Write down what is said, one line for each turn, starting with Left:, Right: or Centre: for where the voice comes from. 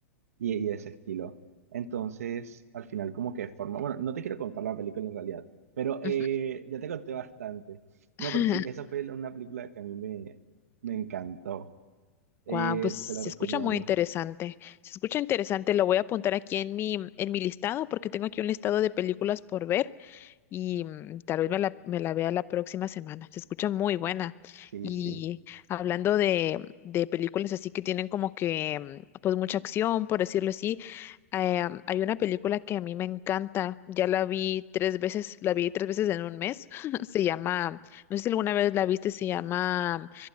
Right: y, y de ese estilo. Entonces, al final como que forma, bueno, no te quiero contar la película en realidad, pero eh,
Left: Ujú.
Right: ya te conté bastante. No,
Left: <laughs>
Right: pero sí, esa fue la- una película que a mí me, me encantó.
Left: Guau,
Right: Eh,
Left: pues se
Right: te la recomiendo.
Left: escucha muy interesante. Se escucha interesante, lo voy a apuntar aquí en mi, en mi listado porque tengo aquí un listado de películas por ver y mm, tal vez me la, me la vea la próxima semana. Se escucha muy buena.
Right: Sí,
Left: Y
Right: sí.
Left: hablando de, de películas así que tienen como que mm, pues mucha acción, por decirlo así, eh, hay una película que a mí me encanta. Ya la vi tres veces, la vi tres veces en un mes. <laughs> Se llama, no sé si alguna vez la viste, se llama